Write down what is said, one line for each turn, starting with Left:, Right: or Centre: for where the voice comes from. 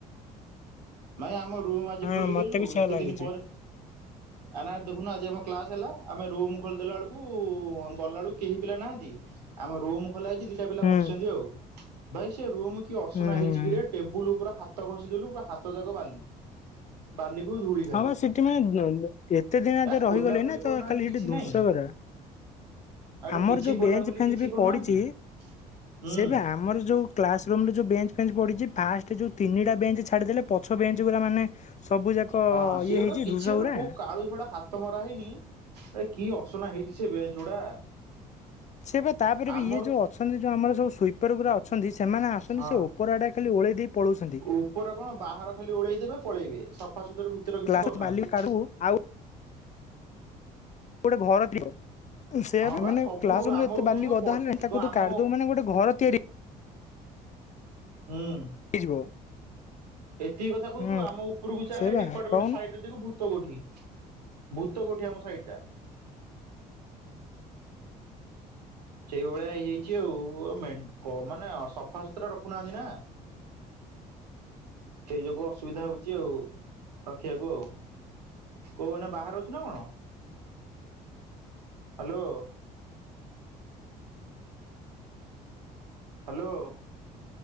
Right: ଭାଇ ଆମ ରୁମ୍ ଆଜି
Left: ହଁ
Right: ଖୋଲିଦେଲୁ
Left: ମତେ ବି ସେୟା
Right: ଏତେ ଦିନ ପରେ।
Left: <inaudible>
Right: ଆ ନା ଦେଖୁନୁ ଆଜି ଆମ କ୍ଲାସ ହେଲା ଆମେ ରୁମ ଖୋଲିଦେଲା ବେଳକୁ ଗଲାବେଳକୁ କେହି ପିଲା ନାହାନ୍ତି। ଆମ ରୁମ୍ ଖୋଲା ହେଇଛି ଦିଟା ପିଲା
Left: ହୁଁ
Right: ବସିଛନ୍ତି ଆଉ ଭାଇ ସେ ରୁମ କି ଅସନା
Left: ହୁଁ ହୁଁ
Right: ହେଇଛି
Left: ହୁଁ।
Right: କିରେ। ଟେବୁଲ ଉପରେ ହାତ ଘଷି ଦେଲୁ ପୁରା ହାତ ଯାକ ବାଲି। ବାଲିକୁ ଧୂଳି ଖାଲି।
Left: ହଁ ବା ସେଠି ଏତେ ଦିନ
Right: ଆ
Left: ତ ରହିଗଲେ
Right: ଖୋଲା ଖୋଲି
Left: ନା ତ
Right: କରୁନାହାନ୍ତି
Left: ଖାଲି
Right: କିଛି
Left: ସେଠି ଧୂସଗୁରା।
Right: ନାଇଁ ଆରେ
Left: <inaudible> ଆମର
Right: କିଛି
Left: ଯୋଉ
Right: ଖୋଲା
Left: ବେଞ୍ଚ
Right: ଖୋଲି
Left: ଫେଞ୍ଚ
Right: କିଛି
Left: ବି
Right: କରୁନାହାନ୍ତି
Left: ପଡିଛି
Right: ହୁଁ।
Left: ସେଇପା ଆମର ଯୋଉ କ୍ଲାସ ରୁମରେ ଯୋଉ ବେଞ୍ଚ ଫେଞ୍ଚ ପଢଛି ଫାଷ୍ଟ ତିନିଟା ବେଞ୍ଚ ଛାଡିଦେଲେ ପଛ ବେଞ୍ଚ ଗୁରା ମାନେ ସବୁ ଯାକ
Right: ହଁ ସେଗୁଡା
Left: ଇଏ ହେଇଛି
Right: କିଛି
Left: ଧୂସ
Right: ହେଲେ
Left: ଗୁରା
Right: କୋଉ
Left: ହୁଁ
Right: କା ଆଳୁ ଝଡା ହାତ ମରା ହେଇନି ଏ କି ଅସନା ହେଇଛି ସେ ବେଞ୍ଚ୍ ଗୁଡା।
Left: ସେଇଆପା ତାପରେ ବି
Right: ଆମର
Left: ଇଏ ଯୋଉ ଅଛନ୍ତି ଯୋଉ ଆମର ସବୁ ସୁଇପର ଗୁଡା ଅଛନ୍ତି ସେମାନେ ଆସନ୍ତି
Right: ହଁ
Left: ସେ ଓ ଉପରଆଡେ ଖାଲି ଓଳେଇ ଦେଇ ପଳଉଛନ୍ତି।
Right: ଉପର କଣ ବାହାର ଖାଲି ଓଳେଇଦବେ ପଳେଇବେ ସଫାସୁତୁରା ଭିତରେ
Left: କ୍ଲାସ
Right: କିଛି କରୁନାହାନ୍ତି।
Left: ବାଲି କାଢୁ ଆଉ ଗୋଟେ ଘର ଥିବ। ସେଇଆ
Right: ହଁ
Left: ପା
Right: ବା
Left: ମାନେ
Right: ସବୁରୁ
Left: କ୍ଲାସ୍ ରୁମରେ
Right: ଆମ
Left: ଏତେ
Right: ରୁମ
Left: ବାଲି
Right: ତ
Left: ଗଦା
Right: ପ
Left: ହେଲେଣି ତାକୁ ତୁ
Right: ଆମ
Left: କାଢିଦବୁ ମାନେ ଗୋଟେ ଘର ତିଆରି
Right: ହୁଁ।
Left: ହେଇଯିବ।
Right: ଏତିକି କଥା କହୁଛୁ
Left: ହୁଁ
Right: ଆମ ଉପରକୁ ଚାଲେ
Left: ସେ ବା
Right: ଡିପାର୍ଟମେଣ୍ଟ
Left: କହୁନୁ
Right: ସାଇଟ୍ ଦେଖୁ ଭୂତ କୋଠି ଭୂତ କୋଠି ଆମ ସାଇଡଟା। ସେଇଭଳିଆ ହେଇଯାଇଛି ଆଉ ମେ ମାନେ ସଫାସୁତୁରା ରଖୁନାହାନ୍ତି ନା।
Left: <inaudible>
Right: ସେଇ ଯୋଗୁ ଅସୁବିଧା ହଉଛି ଆଉ ରଖିବାକୁ। କୋଉ ଏଇନା ବାହାରେ ଅଛୁ ନା କଣ ହାଲୋ। ହାଲୋ।